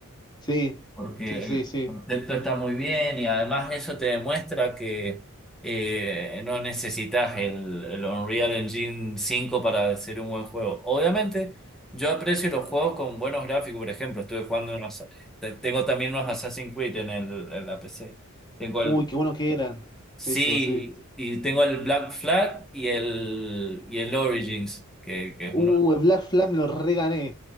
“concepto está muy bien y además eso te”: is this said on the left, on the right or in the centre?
Centre